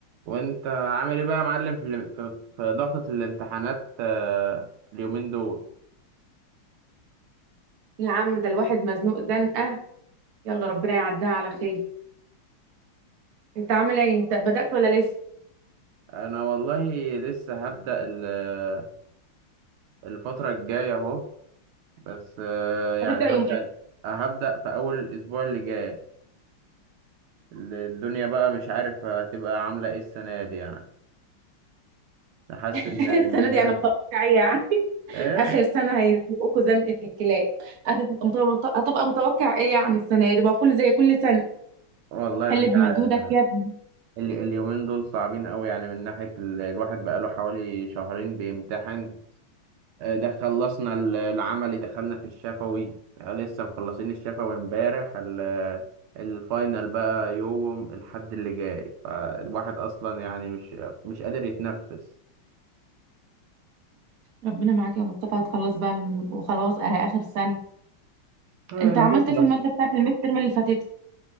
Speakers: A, on the right (about 80°); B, on the right (about 55°).
A: وانت عامل ايه بقى يا معلم في الام- في في ضغطة الامتحانات آه، اليومين دول
B: يا عم ده الواحد مزنوق زنقة يلا ربنا يعديها على خير انت عامل ايه انت بدأت ولا لسه
A: انا والله لسه هبدأ ال- الفترة الجاية اهو بس آه، يعني
B: هتبدأ
A: هبدأ
B: يوم ايه
A: هبدأ في اول الاسبوع اللي جاي ال- الدنيا بقى مش عارف هتبقى عاملة ايه السنة دي يعني حاسس
B: <laughs>
A: ان ان
B: السنة
A: هي
B: دي انا متوقع ايه يعني
A: ايه
B: اخر سنة هيزنقوكوا زنقة الكلاب هتت- متو- هتبقى متوقع ايه يعني السنة دي بقى كل زي كل سنة
A: والله مش
B: حل بمجهودك
A: عارف يعني
B: يا ابني
A: ال- اليومين دول صعبين قوي يعني من ناحية ال- الواحد بقى له حوالي شهرين بيمتحن آه، ده خلصنا ال- العملي دخلنا في الشفوي آه، لسه مخلصين الشفوي امبارح ال- الفاينل بقى يوم الحد اللي جاي فالواحد اصلا يعني مش مش قادر يتنفس
B: ربنا معاك يا مصطفى هتخلص بقى من وخلاص اهي اخر سنة
A: آه،
B: انت عملت
A: هتخلص
B: إيه في المادة بتاعت الميد ترم اللي فاتت